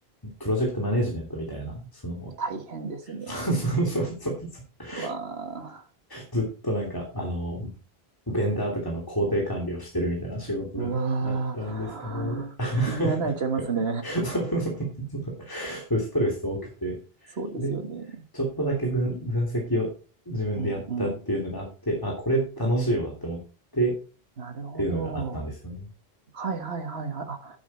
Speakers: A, on the left (about 20°); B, on the right (about 85°).
A: プロジェクトマネジメントみたいな、その、
B: 大変ですね。
A: <laughs> そうそうそうそう
B: うわあ。
A: ずっとなんか、あの、ベンダーとかの工程管理をしてるみたいな仕事だったんですけど、
B: うわあ。
A: <laughs>
B: 胃に穴開いちゃいますね。
A: そうそうそうそうストレス多くて、
B: そうですよね。
A: で、ちょっとだけ分、分析を自分でやったっていうのがあって、
B: うんうん。
A: あ、これ楽しいわって思って
B: なるほど。
A: っていうのがあったんですよね。
B: はいはいはいはい。あ、